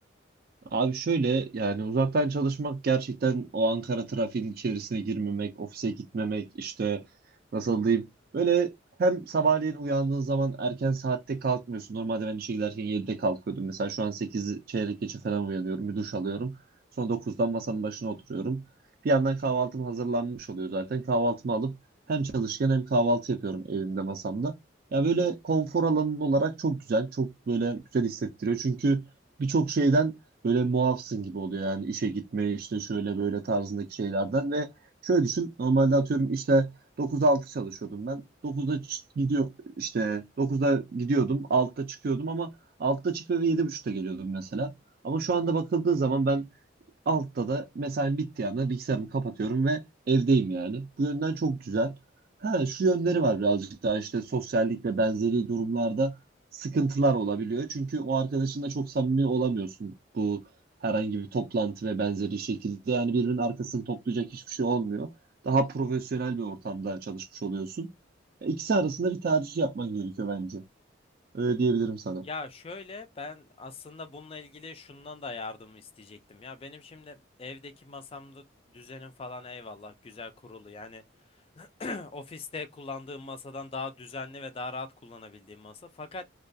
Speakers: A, on the right; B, on the left.
A: Abi şöyle yani uzaktan çalışmak gerçekten o Ankara trafiğinin içerisine girmemek, ofise gitmemek işte nasıl diyeyim böyle hem sabahleyin uyandığın zaman erken saatte kalkmıyorsun. Normalde ben işe giderken yedide kalkıyordum. Mesela şu an 8 çeyrek geçe falan uyanıyorum. Bir duş alıyorum. Sonra dokuzdan masanın başına oturuyorum. Bir yandan kahvaltım hazırlanmış oluyor zaten. Kahvaltımı alıp hem çalışırken hem kahvaltı yapıyorum evimde masamda. Ya böyle konfor alanın olarak çok güzel. Çok böyle güzel hissettiriyor. Çünkü birçok şeyden böyle muafsın gibi oluyor yani işe gitme işte şöyle böyle tarzındaki şeylerden ve şöyle düşün normalde atıyorum işte 9-6 çalışıyordum ben 9'da ç- gidiyor işte 9'da gidiyordum 6'da çıkıyordum ama 6'da çıkıyor ve 7.30'da geliyordum mesela ama şu anda bakıldığı zaman ben Altta da mesai bittiği anda bilgisayarımı kapatıyorum ve evdeyim yani. Bu yönden çok güzel. Ha şu yönleri var birazcık daha işte sosyallik ve benzeri durumlarda sıkıntılar olabiliyor. Çünkü o arkadaşınla çok samimi olamıyorsun bu herhangi bir toplantı ve benzeri şekilde. Yani birbirinin arkasını toplayacak hiçbir şey olmuyor. Daha profesyonel bir ortamda çalışmış oluyorsun. E, İkisi arasında bir tercih yapman gerekiyor bence. Öyle diyebilirim sana.
B: Ya şöyle ben aslında bununla ilgili şundan da yardım isteyecektim. Ya benim şimdi evdeki masamda düzenim falan eyvallah güzel kurulu. Yani <clears throat> ofiste kullandığım masadan daha düzenli ve daha rahat kullanabildiğim masa. Fakat